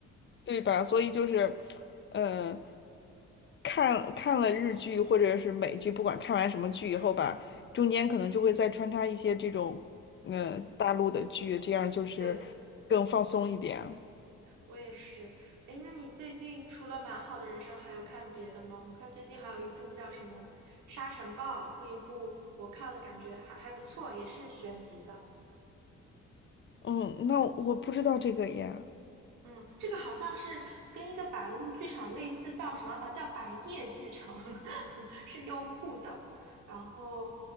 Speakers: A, on the left; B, on the right.
A: 对吧？所以就是，嗯、看看了日剧或者是美剧，不管看完什么剧以后吧，
B: 嗯
A: 中间可能就会再穿插一些这种嗯，
B: 嗯，
A: 大陆的剧，这样就是更放松一点。
B: 对，我也是。哎，那你最近除了《蛮好的人生》，还有看别的吗？我看最近还有一部叫什么《沙尘暴》那一部，我看了感觉还还不错，也是悬疑的。
A: 嗯，那我不知道这个呀，
B: 嗯，这个好像是跟一个白物剧场类似，叫什么啊？叫白夜剧场，<laughs> 是优酷的。然后